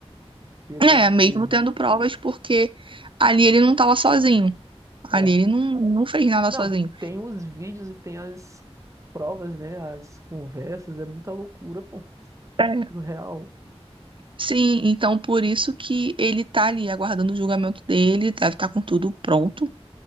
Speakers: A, on the right; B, on the right.
A: pelo
B: É, mesmo
A: dele.
B: tendo provas, porque ali ele não tava sozinho.
A: É.
B: Ali ele não, não fez nada
A: Não,
B: sozinho.
A: tem os vídeos e tem as provas, né? As conversas. É muita loucura, pô.
B: É.
A: Surreal.
B: Sim, então por isso que ele tá ali aguardando o julgamento dele, deve estar com tudo pronto,